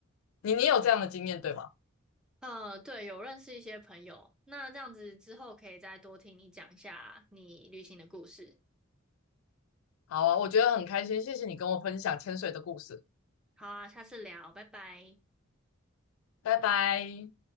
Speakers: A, on the left; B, in the centre.
A: 你，你有这样的经验对吗？
B: 呃，对，有认识一些朋友，那这样子之后可以再多听你讲一下你旅行的故事。
A: 好啊，我觉得很开心，谢谢你跟我分享潜水的故事，
B: 好啊，下次聊，拜拜。
A: 拜拜。